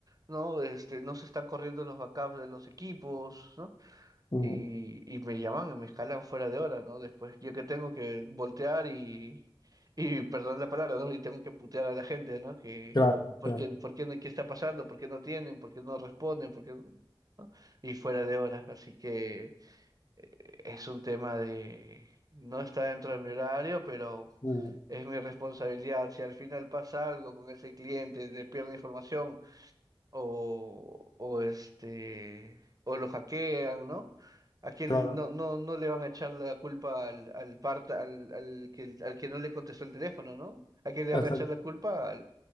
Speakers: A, on the right; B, on the left.
A: ¿no? Este, no se están corriendo los backups de los equipos, ¿no?
B: mm,
A: Y, y me llaman y me escalan fuera de hora, ¿no? Después yo que tengo que voltear y, y perdón la palabra, ¿no? Y tengo que putear a la gente, ¿no? Que,
B: claro,
A: ¿por
B: claro,
A: qué, por qué, no- qué está pasando? ¿Por qué no tienen? ¿Por qué no responden? ¿Por qué no? ¿no? Y fuera de hora, así que eh, Es un tema de... No está dentro de mi horario, pero
B: mm,
A: es mi responsabilidad. Si al final pasa algo con ese cliente, le pierde información o, o este o lo hackean, ¿no? A quién
B: claro.
A: no, no, no le van a echar la culpa al, al parta, al, al que al que no le contestó el teléfono, ¿no? ¿A quién le van
B: Exacto.
A: a echar la culpa? Al,